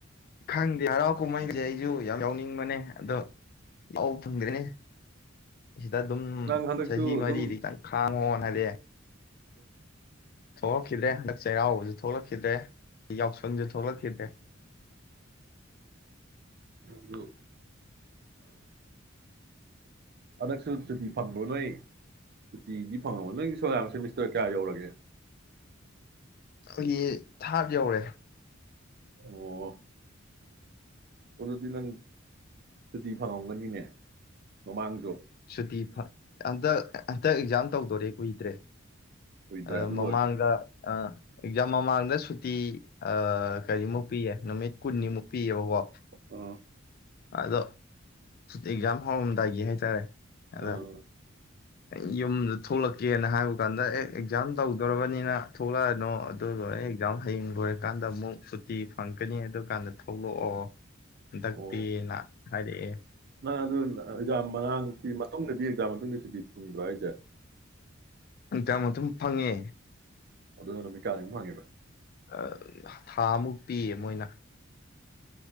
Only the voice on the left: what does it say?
ꯈꯪꯗꯦ ꯍꯔꯥꯎ ꯀꯨꯝꯍꯩꯒꯤꯗꯤ ꯑꯩꯁꯨ ꯌꯥꯝ ꯌꯥꯎꯅꯤꯡꯕꯅꯦ ꯑꯗꯣ ꯌꯥꯎ ꯐꯪꯗ꯭ꯔꯦꯅꯦ ꯁꯤꯗ ꯑꯗꯨꯝ
ꯆꯍꯤ ꯃꯔꯤꯗꯤ
ꯈꯤꯇꯪ ꯈꯥꯡꯉꯣꯅ ꯍꯥꯏꯗꯤ
ꯊꯣꯛꯂꯛꯈꯤꯗ꯭ꯔꯦ ꯍꯟꯗꯛ ꯆꯩꯔꯥꯎꯕꯁꯨ ꯊꯣꯛꯂꯛꯈꯤꯗ꯭ꯔꯦ ꯌꯥꯎꯁꯪꯁꯨ ꯊꯣꯛꯂꯛꯈꯤꯗ꯭ꯔꯦ
ꯑꯩꯈꯣꯏꯒꯤ ꯊꯥꯔꯠ ꯌꯧꯔꯦ
ꯁꯨꯇꯤ ꯍꯟꯗꯛ ꯍꯟꯗꯛ ꯑꯦꯛꯖꯥꯝ ꯇꯧꯗꯣꯔꯦ ꯀꯨꯏꯗ꯭ꯔꯦ
ꯑ
ꯃꯃꯥꯡꯗ
ꯑꯦꯛꯖꯥꯝ ꯃꯃꯥꯡꯗ ꯁꯨꯇꯤ ꯑ ꯀꯔꯤꯃꯨꯛ ꯄꯤꯌꯦ ꯅꯨꯃꯤꯠ ꯀꯨꯟꯅꯤꯃꯨꯛ ꯄꯤꯑꯕꯕꯣ
ꯑꯗꯣ ꯑꯦꯛꯖꯥꯝ ꯍꯧꯔꯝꯗꯥꯏꯒꯤ ꯍꯥꯏꯇꯥꯔꯦ ꯑꯗꯣ
ꯑꯩ ꯌꯨꯝꯗ ꯊꯣꯛꯂꯛꯀꯦꯅ ꯍꯥꯏꯕ ꯀꯥꯟꯗ ꯑꯦ ꯑꯦꯛꯖꯥꯝ ꯇꯧꯗꯣꯔꯔꯕꯅꯤꯅ ꯊꯣꯛꯂꯛꯑꯅꯨ ꯑꯗꯨ ꯂꯣꯏꯔꯦ ꯑꯦꯛꯖꯥꯝ ꯍꯌꯦꯡ ꯂꯣꯏꯔꯀꯥꯟꯗ ꯑꯃꯨꯛ ꯁꯨꯔꯇꯤ ꯐꯪꯒꯅꯤ ꯑꯗꯨꯀꯥꯟꯗ ꯊꯣꯛꯂꯛꯑꯣ ꯍꯟ ꯗꯛꯇꯤꯅ
ꯍꯥꯏꯔꯛꯑꯦ
ꯏꯟꯖꯥꯡ ꯑꯗꯨꯝ ꯐꯪꯉꯦ
ꯑꯥ ꯊꯥꯃꯨꯛ ꯄꯤꯌꯦ ꯃꯣꯏꯅ